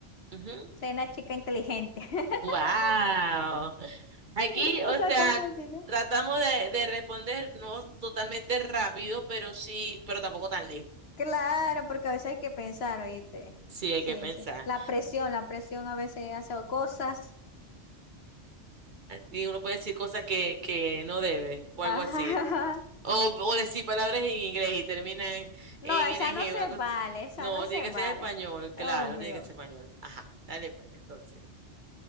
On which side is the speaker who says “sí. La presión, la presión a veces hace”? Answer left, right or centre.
Left